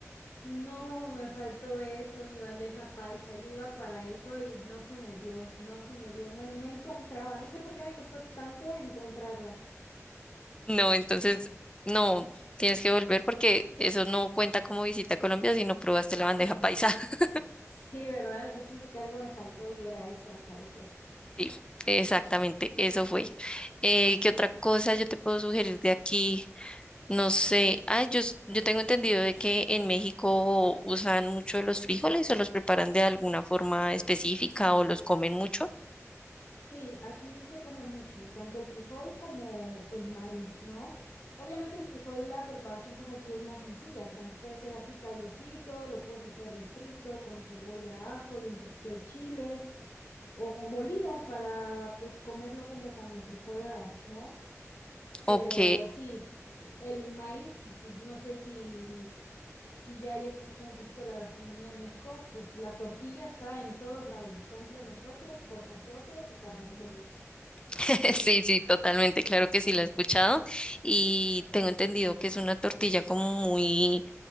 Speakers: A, on the left (about 60°); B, on the left (about 20°).
A: No, me faltó eso, mi bandeja paisa. Yo iba para eso y no se me dio, no se me dio, no, no encontraba, no sé por qué me costó tanto encontrarla.
B: No, entonces no, tienes que volver porque eso no cuenta como visita a Colombia si no probaste la bandeja
A: Ajá.
B: paisa. <laughs>
A: Sí, ¿verdad? Yo siento que algo me faltó y era eso, al parecer.
B: Sí, exactamente, eso fue. Eh, ¿qué otra cosa yo te puedo sugerir de aquí? No sé, ah, yo, s- yo tengo entendido de que en México usan mucho los frijoles o los preparan de alguna forma específica o los comen mucho.
A: Sí, aquí se come mucho, tanto el frijol como el maíz, ¿no? Obviamente el frijol, la preparación pues aquí es más sencilla, tanto puede ser así caldosito, lo puedes hacer refrito con cebolla, ajo y un poquito de chile. o molido para pues comerlo como con enfrijoladas, ¿no? Pero
B: Ok,
A: sí, el maíz, no sé si, si ya hayas escuchado un poquito la gastronomía de México, pues la tortilla está en todos lados, está entre nosotros, por nosotros y para nosotros.
B: <laughs> Sí, sí, totalmente, claro que sí la he escuchado y tengo entendido que es una tortilla como muy,